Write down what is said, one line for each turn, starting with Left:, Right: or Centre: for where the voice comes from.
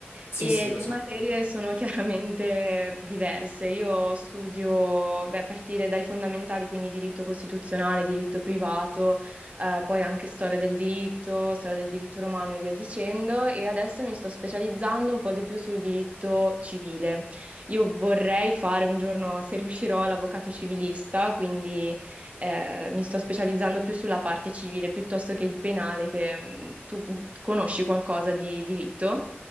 Left: Sì,
Right: e
Left: sì, lo
Right: le
Left: so.
Right: materie sono <laughs> chiaramente diverse. Io studio, beh, a partire dai fondamentali, quindi diritto costituzionale, diritto privato, eh, poi anche storia del diritto, storia del diritto romano e via dicendo e adesso mi sto specializzando un po' di più sul diritto civile. Io vorrei fare un giorno, se riuscirò, l'avvocato civilista, quindi eh, mi sto specializzando più sulla parte civile piuttosto che il penale, che mh, tu mm, conosci qualcosa di diritto?